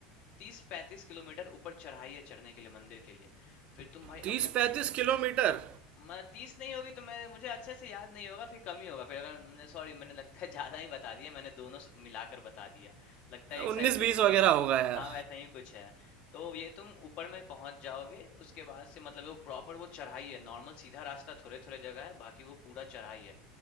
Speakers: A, on the left; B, on the right.
A: तीस पैंतीस किलोमीटर ऊपर चढ़ाई है चढ़ने के लिए मंदिर के लिए फिर तुम भाई
B: तीस
A: अपने
B: पैंतीस किलोमीटर
A: मैं 30 नहीं होगी तो मैं मुझे अच्छे से याद नहीं होगा फिर कम ही होगा फिर अगर मुझे सॉरी मैंने लगता है ज्यादा ही बता दिया मैंने दोनों स- मिलाकर बता दिया लगता है एक
B: उन्नीस
A: साइड से
B: बीस
A: च-
B: वगैरह होगा यार
A: हाँ वैसा ही कुछ है तो ये तुम ऊपर में पहुंच जाओगे उसके बाद से मतलब वो प्रॉपर वो चढ़ाई है नॉर्मल सीधा रास्ता थोड़े थोड़े जगह है बाकी वो पूरा चढ़ाई है